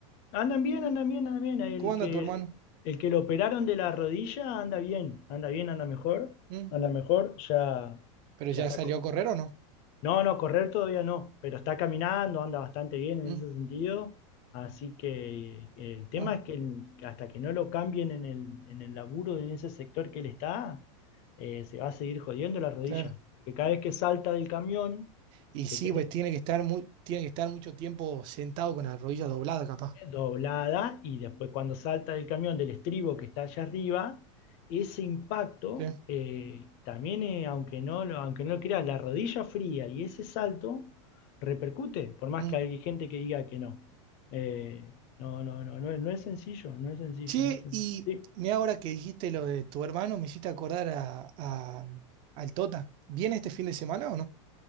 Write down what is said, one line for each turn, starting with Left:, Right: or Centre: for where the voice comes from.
Left: Andan bien, andan bien, andan bien. El
Right: ¿Cómo anda
Left: que,
Right: tu hermano?
Left: el que lo operaron de la rodilla anda bien, anda bien, anda mejor,
Right: ¿Mm?
Left: anda mejor. Ya,
Right: ¿Pero
Left: ya
Right: ya
Left: está,
Right: salió
Left: co-
Right: a correr o no?
Left: no, no, correr todavía no, pero está caminando, anda bastante bien en
Right: ¿Mm?
Left: ese sentido. Así que eh, el tema
Right: Ah,
Left: es que el- hasta que no lo cambien en el, en el laburo, en ese sector que él está, eh, se va a seguir jodiendo la rodilla.
Right: claro.
Left: Porque cada vez que salta del camión,
Right: Y
Left: que
Right: sí,
Left: tiene,
Right: pues tiene que estar mu- tiene que estar mucho tiempo sentado con la rodilla doblada, capaz.
Left: doblada y después cuando salta del camión del estribo que está allá arriba, ese impacto,
Right: ¿Sí?
Left: eh, también eh, aunque no, lo- aunque no lo creas, la rodilla fría y ese salto repercute, por más
Right: ¿Mm?
Left: que hay gente que diga que no. Eh, no, no, no, no, es- no es sencillo, no es sencillo,
Right: Che,
Left: no es sencillo.
Right: y
Left: Sí.
Right: mira ahora que dijiste lo de tu hermano, me hiciste acordar a, a- al Tota. ¿Viene este fin de semana o no?